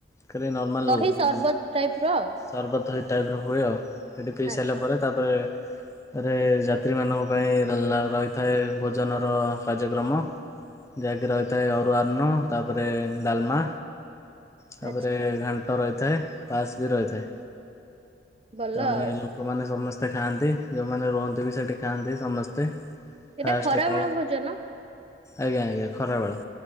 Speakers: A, on the left; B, on the right.
A: ଖାଲି ନର୍ମାଲ
B: ଦହି ସରବତ ଟାଇପ ର ଆଉ
A: ସରବତ ହେଇ ଟାଇପ୍ର ହୁଏ ଆଉ ହେଠି ପିଇ
B: ଆଚ୍ଛା
A: ସାରିଲା ପରେ ତାପରେ ରେ ଯାତ୍ରୀମାନଙ୍କ ପାଇଁ ରହିଥାଏ ଭୋଜନର କାର୍ଯ୍ୟକ୍ରମ ଯାହାକି ରହିଥାଏ ଅରୁଆଅନ୍ନ ତାପରେ ଡାଲମା ତାପରେ
B: ଆଚ୍ଛା
A: ଘାଣ୍ଟ ରହିଥାଏ ପାସ୍ ବି ରହିଥାଏ।
B: ଭଲ
A: ତାପରେ
B: ଆଉ।
A: ଲୋକମାନେ ସମସ୍ତେ ଖାଆନ୍ତି ଯେଉଁମାନେ ରୁହନ୍ତି ବି ସେଠି ଖାଆନ୍ତି ସମସ୍ତେ। ଫାଷ୍ଟ
B: ଏଇଟା ଖରାବେଳ
A: କଳ
B: ଭୋଜନ?
A: ଆଜ୍ଞା ଆଜ୍ଞା ଖରା ବେଳ।